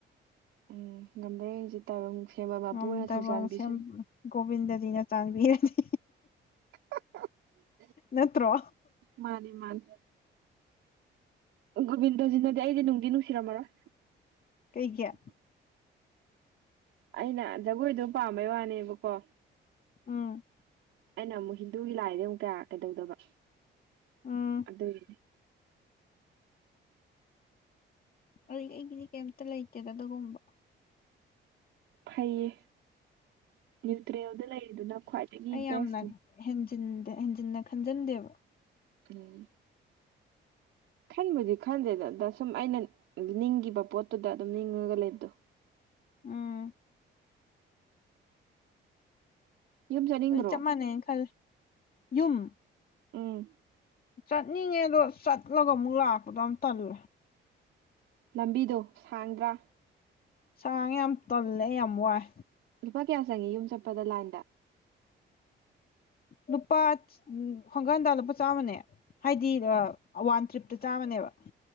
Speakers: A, on the right; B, on the left.
A: ꯎꯝ ꯉꯝꯕꯔꯡꯁꯦ ꯇꯥꯏꯕꯪ ꯁꯦꯝꯕ ꯃꯄꯨꯅ
B: ꯑ ꯇꯥꯏꯕꯪ
A: ꯊꯧꯖꯥꯟꯕꯤꯁꯅꯨ
B: ꯁꯦꯝ ꯒꯣꯕꯤꯟꯗꯖꯤꯅ ꯆꯥꯟꯕꯤꯔꯅꯤ
A: <inaudible>
B: ꯅꯠꯇ꯭ꯔꯣ
A: ꯃꯥꯅꯤ ꯃꯥꯅꯤ ꯒꯣꯕꯤꯟꯗꯖꯤꯅꯗꯤ ꯑꯩꯗꯤ ꯅꯨꯡꯗꯤ ꯅꯨꯡꯁꯤꯔꯝꯃꯔꯣꯏ
B: ꯀꯩ ꯀ
A: ꯑꯩꯅ ꯖꯒꯣꯏꯗꯣ ꯄꯥꯝꯕꯩ ꯋꯥꯅꯦꯕꯀꯣ
B: ꯎꯝ
A: ꯑꯩꯅ ꯑꯃꯨꯛ ꯍꯤꯟꯗꯨꯒꯤ ꯂꯥꯏꯗꯤ ꯑꯃꯨꯛ ꯀꯌꯥ ꯀꯩꯗꯧꯗꯕ
B: ꯎꯝ
A: ꯑꯗꯨꯒꯤꯅꯦ
B: ꯑꯗꯨꯗꯒꯤ ꯑꯩꯒꯤꯗꯤ ꯀꯩꯝꯇ ꯂꯩꯇꯦꯗ ꯑꯗꯨꯒꯨꯝꯕ
A: ꯐꯩꯌꯦ ꯅ꯭ꯌꯨꯇ꯭ꯔꯦꯜꯗ ꯂꯩꯔꯤꯗꯨꯅ ꯈ꯭ꯋꯥꯏꯗꯒꯤ
B: ꯑꯩ ꯌꯥꯝꯅ
A: ꯕꯦꯁꯅꯤ
B: ꯍꯦꯟꯟ ꯍꯦꯟꯖꯤꯟꯅ ꯈꯟꯖꯤꯟꯗꯦꯕ
A: ꯑ ꯈꯟꯕꯨꯗꯤ ꯈꯟꯗꯦꯗ ꯑꯗ ꯁꯨꯝ ꯑꯩꯅ ꯅꯤꯡꯈꯤꯕ ꯄꯣꯠꯇꯨꯗ ꯑꯗꯨꯝ ꯅꯤꯡꯉꯒ ꯂꯩꯕꯗꯣ <inaudible>
B: ꯎꯝ
A: ꯌꯨꯝ ꯆꯠꯅꯤꯡꯗ꯭ꯔꯣ
B: ꯑꯗꯨ ꯆꯞ ꯃꯥꯟꯅꯩ ꯈꯜ ꯌꯨꯝ
A: ꯎꯝ
B: ꯆꯠꯅꯤꯡꯉꯦ ꯑꯗꯣ ꯆꯠꯂꯒ ꯑꯃꯨꯛ ꯂꯥꯛꯄꯗ ꯑꯃ ꯇꯜꯂꯦ
A: ꯂꯝꯕꯤꯗꯣ ꯁꯥꯡꯗ꯭ꯔꯥ
B: ꯁꯥꯡ ꯌꯥꯝ ꯇꯜꯂꯦ ꯌꯥꯝ ꯋꯥꯏ
A: ꯂꯨꯄꯥ ꯀꯌꯥ ꯆꯪꯉꯤ ꯌꯨꯝ ꯆꯠꯄꯗ ꯂꯥꯏꯟꯗ
B: ꯂꯨꯄꯥ ꯈꯣꯡꯒꯟꯗ ꯂꯨꯄꯥ ꯆꯥꯃꯅꯦ ꯍꯥꯏꯗꯤ ꯋꯥꯟ ꯇ꯭ꯔꯤꯞꯇ ꯆꯥꯃ ꯍꯅꯦꯕ